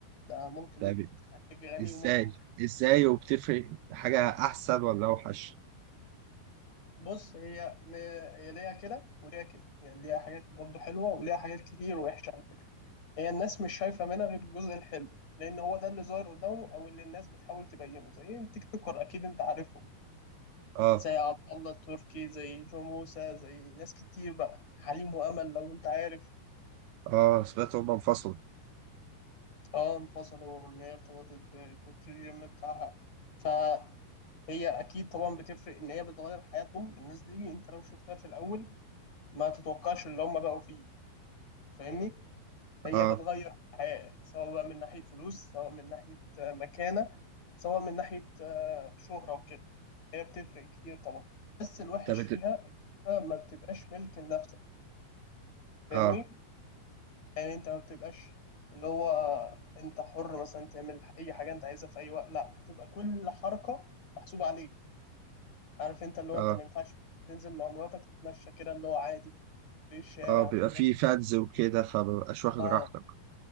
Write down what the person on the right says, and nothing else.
يعني
إزاي؟
إزاي
وبتفرق حاجة أحسن ولا أوحش؟
آه
آه سمعت هما انفصلوا،
آه
طب
إنت-
آه
آه
آه بيبقى
فيه فانز وكده فمبقاش واخد
راحتك،